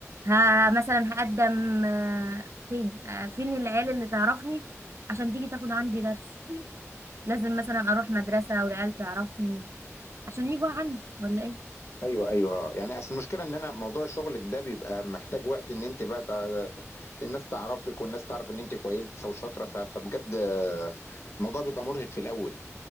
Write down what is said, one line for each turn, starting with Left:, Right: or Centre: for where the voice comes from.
Right: ه... ه... مثلا هقدم آه، فين آه، فين العيال اللي تعرفني عشان تيجي تاخد عندي درس لازم مثلا اروح مدرسة والعيال تعرفني عشان يجوا عندي ولا ايه
Left: ايوه ايوه اه يعني اصل المشكله ان انا موضوع شغلك ده بيبقى محتاج وقت ان انت بقى تع... الناس تعرفك والناس تعرف ان انت كويسه وشاطره ف... فبجد آه، الموضوع بيبقى مرهق في الاول